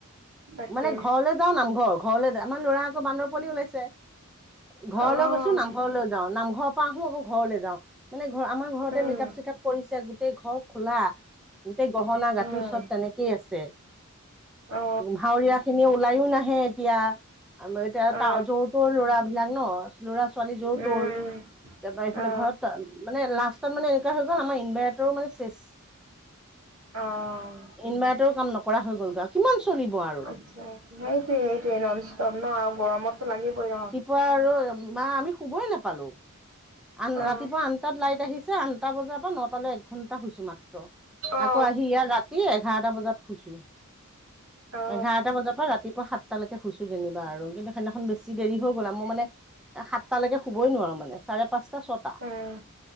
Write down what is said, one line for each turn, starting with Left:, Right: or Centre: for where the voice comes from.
Right: তাকে
Centre: মানে ঘৰলৈ যাও নামঘৰ ঘৰলৈ যায়, আমাৰ ল'ৰা আকৌ বান্দৰ পোৱালী ওলাইছে। ঘৰলৈ
Right: অ উম
Centre: গৈছো নামঘৰলৈ যাওঁ নামঘৰৰ পৰা আহো আকৌ ঘৰলে যাওঁ। মানে ঘৰ আমাৰ ঘৰতে
Right: উম
Centre: মেকআপ চেকআপ কৰিছে গোটেই ঘৰ খোলা। গোটেই গহনা গাঠৰি
Right: উম
Centre: চব তেনেকেই আছে।
Right: অ
Centre: ভাৱৰীয়া খিনি ওলাইও নাহে এতিয়া, আৰু এতিয়া
Right: অ
Centre: ত যোৰ তোৰ ল'ৰা বিলাক ন। ল'ৰা ছোৱালী যোৰ
Right: উম
Centre: তৰ, তাৰপৰা এইফালে
Right: অ
Centre: ঘৰত মানে লাষ্টত মানে এ হৈ গ'ল আমাৰ ইনভাৰটৰো মানে চেছ।
Right: অঁ
Centre: ইনভাৰ্টাৰো কাম নকৰা হৈ গ'ল আৰু কিমান চলিব আও।
Right: আচ্ছা, সেইটোৱে সেইটোৱে নন ষ্টপ ন আৰু গৰমতো লাগিবই নহ।
Centre: পোৱা আৰু বা আমি শুবই নাপালো। আন
Right: অ
Centre: ৰাতিপুৱা আনটাত লাইট আহিছে, আন টা বজাৰ পৰা নটালে এঘন্টা শুইছো মাত্ৰ,
Right: অ
Centre: আকৌ আহি ইয়াত ৰাতি এঘাৰটা বজাত শুইছো।
Right: অ
Centre: এঘাৰটা বজাৰ পৰা ৰাতিপুৱা সাত সাতটালৈকে শুইছো যেনিবা আৰু কিন্তু সেইদিনাখন বেছি দেৰি হৈ গল মই মানে সাতটালৈকে শুবই নোৱাৰো মানে। চাৰে পাঁচটা ছটা,
Right: উম